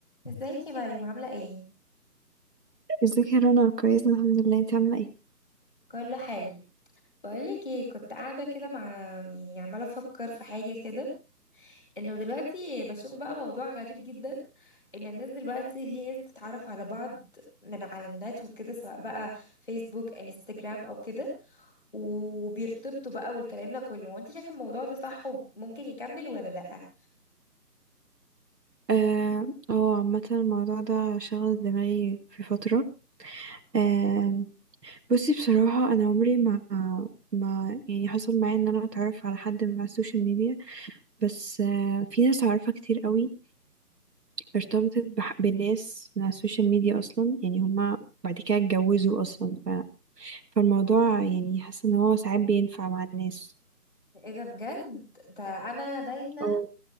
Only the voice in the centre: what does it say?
ازيك يا مريم عاملة ايه؟
كله حلو بقولك ايه كنت قاعدة كده مع يعني عمالة افكر في حاجة كده انه دلوقتي بشوف بقى موضوع غريب جدا ان الناس دلوقتي في ناس تتعرف على بعض من على النت وكده سواء بقى فيسبوك انستجرام او كده وبيرتبطوا بقى والكلام ده كله وانت شايفة الموضوع ده صح وممكن يكمل ولا لأ؟
ايه ده بجد ده انا دايما